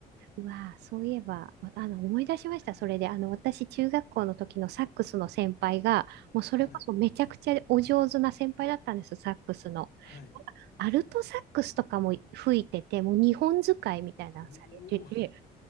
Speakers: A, on the right; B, on the left.
A: うわあ、そういえば、わあの、思い出しました。それで、あの、私、中学校の時のサックスの先輩が、もうそれこそめちゃくちゃお上手な先輩だったんですよ、
B: はい。
A: サックスの。
B: はい。
A: アルトサックスとかも吹いてて、もう日本使いみたいなのされてて、
B: おー。